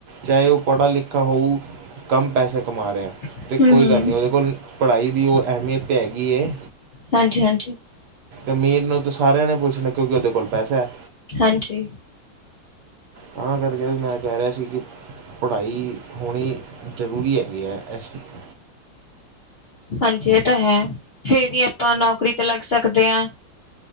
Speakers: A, on the right; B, on the left.
A: ਚਾਹੇ ਔਹ ਪੜਾ ਲਿਖਾ ਹੋਊ। ਕਮ ਪੈਸੇ ਕਮਾ ਰੈ
B: ਹਮ-ਹਮ-ਹਮ-ਹਮ
A: ਤੇ ਕੋਈ ਗੱਲ ਨੀ ਔਦੇ ਕੋਲ ਪੜਾਈ ਦੀ ਔਹ ਅਹਿਮੀਅਤ। ਕਿਤੇ ਹੈਗੀ ਏ।
B: ਹਂਜੀ, ਹਂਜੀ।
A: ਅਮੀਰ ਨੂੰ ਤਾਂ ਸਾਰਿਆਂ ਨੇ ਪੁੱਛਨਾਐ ਕਿਉਂਕਿ ਔਦੇ ਕੋਲ ਪੈਸਾ ਹੈ।
B: ਹਂਜੀ,
A: ਤਾਂ ਕਰਕੇ ਵੀ ਮੈਂ ਕਹਿ ਰਿਹਾ ਸੀ। ਕਿ ਪੜਾਈ ਹੋਨੀ ਜ਼ਰੂਰੀ ਹੈਗੀ ਐ ਐਸਟੈਮ।
B: ਹਂਜੀ, ਏਹ ਤਾਂ ਹੈ ਫੇਰ ਹੀ ਆਪਾਂ ਨੌਕਰੀ ਤੇ ਲੱਗ ਸਕਦੇ ਆਂ।